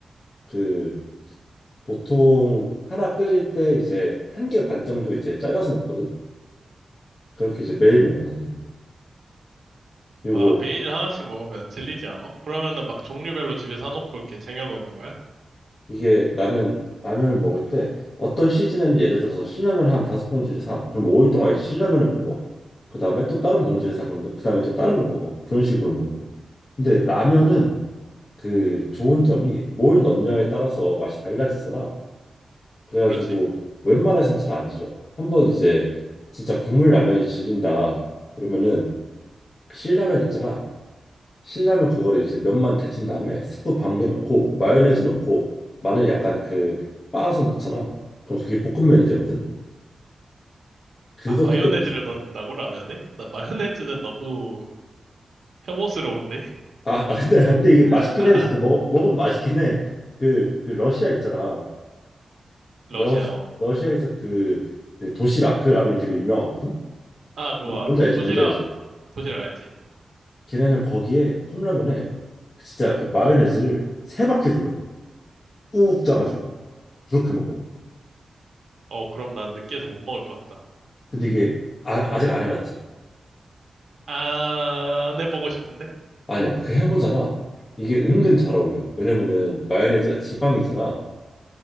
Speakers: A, on the left; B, on the right.
A: 그 보통 하나 끓일 때 이제 한 개 반 정도 이제 잘라서 넣거든. 그렇게 이제 매일 먹어 나는. 그리고
B: 아, 매일 하나씩 먹으면 질리지 않아? 그러면은 막 종류별로 집에 사놓고 이렇게 쟁여놓는 거야?
A: 이게 나는 라면을 먹을 때 어떤 시즌에는 예를 들어서 신라면 한 다섯 봉지를 사. 그럼 5일 동안 이제 신라면을 먹어. 그 다음에 또 다른 봉지를 사. 그럼 그 다음에 또 다른 걸 먹어. 그런 식으로 먹어. 근데 라면은 그 좋은 점이 뭘 넣냐에 따라서 맛이 달라지잖아. 그래가지고
B: 그렇지?
A: 웬만해서는 잘 안 질려. 한번 이제 진짜 국물 라면이 질린다. 그러면은 신라면 있잖아. 신라면 그거를 이제 면만 데친 다음에 스프 반 개 넣고 마요네즈 넣고 마늘 약간 그 빻아서 넣잖아. 그럼 그게 볶음면이 되거든. 그것도
B: 아, 마요네즈를
A: 꽤 맛있어.
B: 넣는다고 라면에? 나 마요네즈는 너무 혐오스러운데?
A: 아, 아, 근데 <laughs> 근데 이게
B: <laughs>
A: 맛있긴 해. 진짜 먹어 먹으면 맛있긴 해. 그, 그 러시아 있잖아.
B: 러시아,
A: 러
B: 어.
A: 러시아에서 그, 그 도시락 그 라면이 되게 유명하거든.
B: 아, 그거
A: 뭔- 뭔지
B: 알아.
A: 알지?
B: 도시락,
A: 뭔지 알지?
B: 도시락 알지?
A: 걔네는 거기에 컵라면에 진짜 그 마요네즈를 세 바퀴 둘러 꾹 짜가지고 그렇게 먹어.
B: 어, 그럼 난 느끼해서 못 먹을 것 같다.
A: 근데 이게 아, 아직 안 해봤지.
B: 안 해보고 싶은데?
A: 아니야 그 해보잖아 이게 은근 잘 어울려 왜냐면은 마요네즈가 지방이잖아